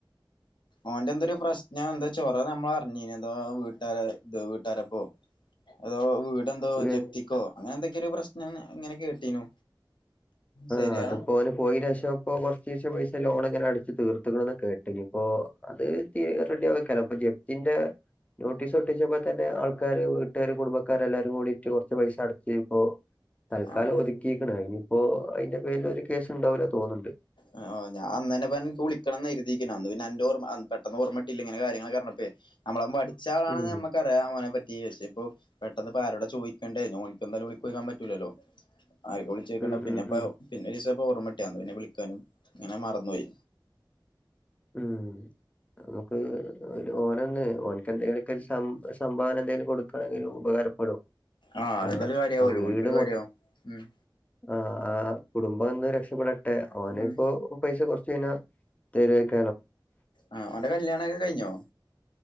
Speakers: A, on the left; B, on the left.
A: അവന്റെ എന്തൊരു പ്രശ്നം ഞാൻ എന്താ ചോറ് നമ്മൾ അറിഞ്ഞീന എന്താ വീട്ടുകാര ഇത് വീട്ടുകാര പോ അതോ വീട്ന്തോ
B: ഉം
A: ജപ്തിക്കോ അങ്ങനെ എന്തൊക്കെയൊ ഒരു പ്രശ്നം ഇങ്ങനെ ഇങ്ങനെ കേട്ടീനു
B: ആഹ്
A: ശരിയാ
B: അതിപ്പോ ഓന് പോയിനശേഷം ഇപ്പോ കൊറേശ കൊറേശ ലോണ് ഇങ്ങനെ അടച്ച് തീർത്തക്കണന്ന് കേട്ടു ഇനിപ്പോ അത് റെഡിയാവും കാരണം ഇപ്പൊ ജപ്തിന്റെ നോട്ടീസ് ഒട്ടിച്ചപ്പോ തന്നെ ആൾക്കാര് വീട്ടുകാരും കുടുംബക്കാരും എല്ലാരും കൂടിട്ട് കുറച്ച് പൈസ അടച്ച് ഇപ്പൊ തൽക്കാലം
A: ആഹ്
B: ഒതുക്കിക്കണ് ഇനിയിപ്പോ അയിൻ്റെ പേരിലൊരു കേസ് ഉണ്ടാവൂല തോന്നണുണ്ട്
A: ആ ആ ഞാ അന്നന്നെ വിളിക്കണംന്നു കരുതിയിക്കണം അന്ന് പിന്നെ അന്റെ ഓർമ്മ അന്ന് പെട്ടന്ന് ഓർമ്മ കിട്ടിയില്ല ഇങ്ങനെ കാര്യങ്ങളൊക്കെ അറിഞ്ഞപ്പെ നമ്മളെ മടിച്ചാളാണ്
B: ഉം
A: നമ്മക്ക് ക്കറിയാ അവനെ പറ്റി പക്ഷേ ഇപ്പൊ പെട്ടെന്ന് പ്പ ആരോടാ ചോയിക്കണ്ടേ ന്നെ ഓനിക്ക് എന്താലും വിളിക്കോയ്ക്കാൻ പറ്റൂല്ലല്ലോ ആര്ക്കും വിൾച്ചോക്കണ്ട,
B: ഉം
A: പിന്നെപ്പ
B: ഉം ഉം
A: പിന്നെരീസപ്പ ഓർമ്മട്ട്യന്ന് പിന്നെ വിളിക്കാനും ങ്ങനെ മറന്നോയി.
B: ഉം, നമുക്ക് ഒരു ഓനന്ന് ഓൻക്കെന്തെലെക്കെ ഒരു സം രു സംഭാവന എന്തേലും കൊടുക്കണെങ്കിലും ഉപകാരപ്പെടും.
A: ആഹ്
B: പിന്നെ
A: എന്തായാലും കാര്യാവല്ലോ
B: ആ വീട്
A: ഓൻക്കൊരു
B: മൊ
A: കാര്യാവും ഉം
B: ആ ആ ആ കുടുംബം ഒന്ന് രക്ഷപെടട്ടെ, ഓന്
A: ഉം
B: പ്പോ പൈസ കൊറ്ച്ച് കയിഞ്ഞാ തരുവായിരിക്കും.
A: ആ ഓന്റെ കല്യാണൊക്കെ കയിഞ്ഞോ?